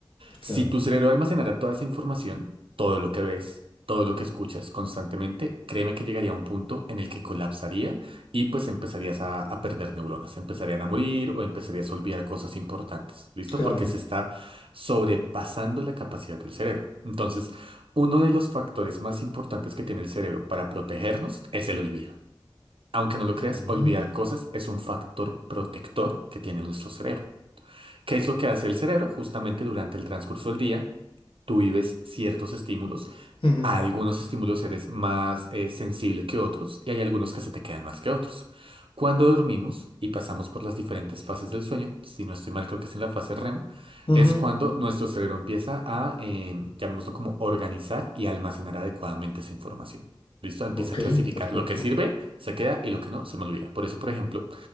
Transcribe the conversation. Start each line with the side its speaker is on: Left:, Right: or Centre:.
Left: claro,
Right: Si tu cerebro almacenara toda esa información, todo lo que ves, todo lo que escuchas constantemente, créeme que llegaría a un punto en el que colapsaría y pues empezarías a, a perder neuronas, empezarían a morir o empezarías a olvidar cosas importantes, ¿listo?
Left: claro.
Right: Porque se está sobrepasando la capacidad del cerebro. Entonces, uno de los factores más importantes que tiene el cerebro para protegernos es el olvido. Aunque no lo creas,
Left: Mm,
Right: olvidar cosas es un factor protector que tiene nuestro cerebro. ¿Qué es lo que hace el cerebro? Justamente durante el transcurso del día, tú vives ciertos estímulos
Left: ujú,
Right: a algunos estímulos eres más eh, sensible que otros y hay algunos que se te quedan más que otros. Cuando dormimos y pasamos por las diferentes fases del sueño, si no estoy mal creo que es en la fase REM,
Left: ujú.
Right: es cuando nuestro cerebro empieza a, eh, llamémoslo como organizar y almacenar adecuadamente esa información. ¿Listo? Empieza
Left: Ok,
Right: a clasificar.
Left: perfecto.
Right: Lo que sirve se queda y lo que no se me olvida. Por eso, por ejemplo,